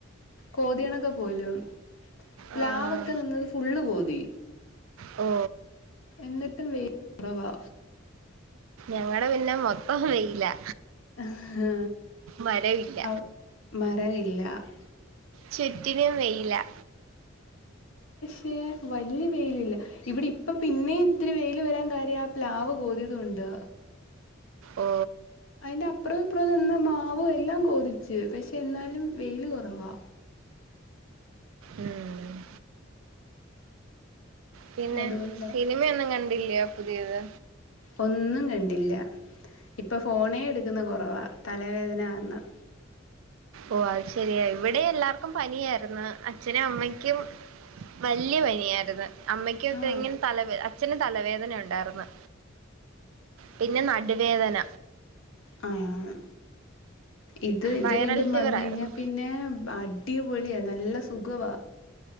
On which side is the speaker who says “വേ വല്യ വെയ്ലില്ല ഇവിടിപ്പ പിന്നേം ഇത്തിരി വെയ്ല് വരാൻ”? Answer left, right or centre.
Left